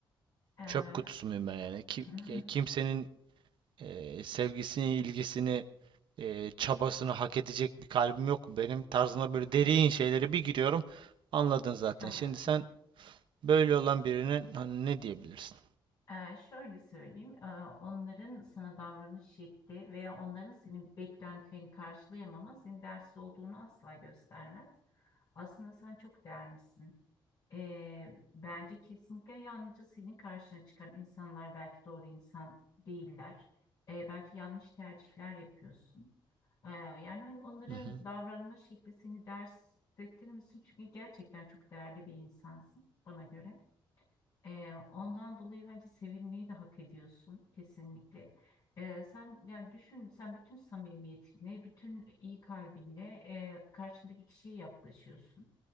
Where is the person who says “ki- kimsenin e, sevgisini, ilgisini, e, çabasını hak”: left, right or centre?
Right